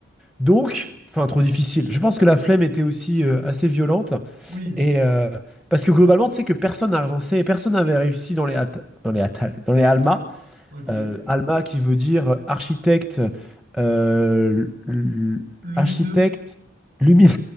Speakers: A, in the centre; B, on the right.
A: Donc, enfin, trop difficile. Je pense que la flemme était aussi euh, assez violente.
B: oui,
A: Et euh, parce que globalement, tu sais que personne n'a avancé, personne n'avait réussi dans les, Atta- dans les Atal, dans les Alma.
B: ok.
A: Euh, Alma qui veut dire architecte, euh, l- l-
B: Lumineux.
A: architecte lumineux.